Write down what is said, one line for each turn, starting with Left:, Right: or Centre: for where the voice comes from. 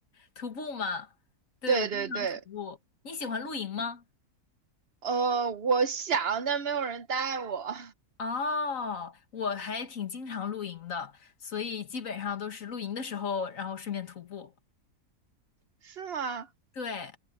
Left: 徒步嘛。对，
Right: 对对对，
Left: 我经常徒步。你喜欢露营吗？
Right: 呃，我想，但没有人带我，
Left: 哦，我还挺经常露营的，所以基本上都是露营的时候，然后顺便徒步。
Right: <laughs> 是吗？
Left: 对，